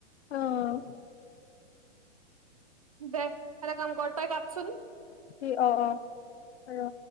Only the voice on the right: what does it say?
দে' ফালে কাম ক'ৰ তই কাটচোন।